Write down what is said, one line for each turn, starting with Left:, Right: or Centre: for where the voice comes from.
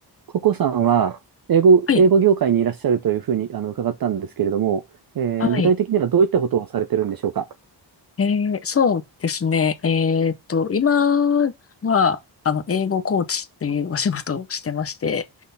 Right: ココさんは、英語、
Left: はい、
Right: 英語業界にいらっしゃるというふうに、あの、伺ったんですけれども、えー具体的にはどういったことをされてるんでしょうか
Left: はい。えーそうですね。えーっと、今は、あの、英語コーチっていうお仕事をしてまして、